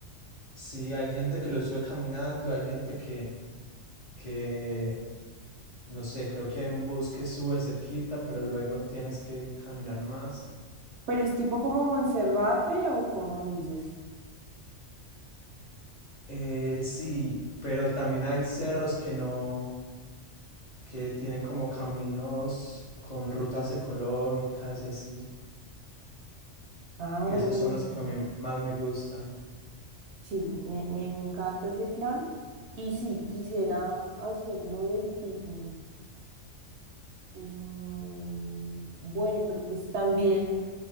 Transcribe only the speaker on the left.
sí, hay gente que lo sube caminando, hay gente que, que, no sé, creo que hay un bus que sube cerquita, pero luego tienes que caminar más.
Eh, sí, pero también hay cerros que no, que tienen como caminos con rutas ecológicas y así,
que
esos son los que a mí más me gustan.